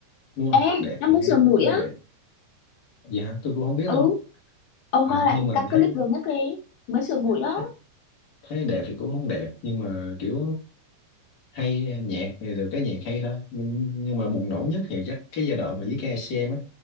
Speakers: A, on the left (about 40°); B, on the left (about 80°).
A: đúng không
B: ê
A: đẹp
B: nó
A: thì
B: mới
A: thấy
B: sửa mũi
A: cũng không
B: á
A: đẹp vậy hả tôi cũng không biết
B: ừ
A: luôn
B: ông
A: à
B: coi lại
A: nhưng
B: cái
A: mà
B: các
A: thấy
B: clip gần nhất đi mới sửa mũi đó
A: thấy thấy đẹp thì cũng không đẹp nhưng mà kiểu hay nhạc thì được cái nhạc hay thôi nhưng nhưng mà bùng nổ nhất thì chắc cái giai đoạn mà với ca xê em á